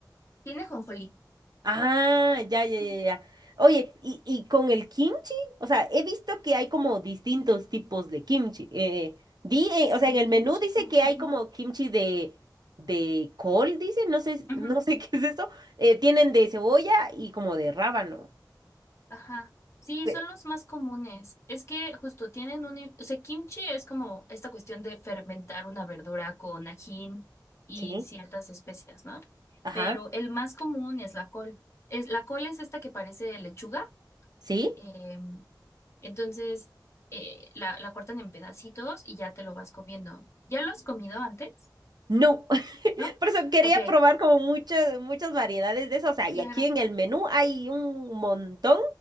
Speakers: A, on the left; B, on the right.
A: Tiene jonjolí.
B: Ah, ya, ya, ya,
A: Mm,
B: ya. Oye, ¿y, y con el kimchi? O sea, he visto que hay como distintos tipos de kimchi. Eh, di, eh,
A: Sí,
B: o sea, en el menú
A: muchísimos.
B: dice que
A: ujú,
B: hay como kimchi de, de col, dice, no sé,
A: ujú.
B: no sé <laughs> qué es eso. Eh, tienen de cebolla y como de rábano.
A: Ajá. Sí,
B: Pe-
A: son los más comunes. Es que justo tienen un... O sea, kimchi es como esta cuestión de fermentar una verdura con ajín y
B: Sí,
A: ciertas especias, ¿no?
B: ajá,
A: Pero el más común es la col. Es, la col es esta que parece lechuga.
B: sí.
A: eh, entonces, eh, la, la cortan en pedacitos y ya te lo vas comiendo. ¿Ya lo has comido antes?
B: No, <laughs>
A: ¿No?
B: por eso quería
A: Ok,
B: probar como muchas, muchas variedades de eso. O sea, y
A: claro.
B: aquí en el menú hay un montón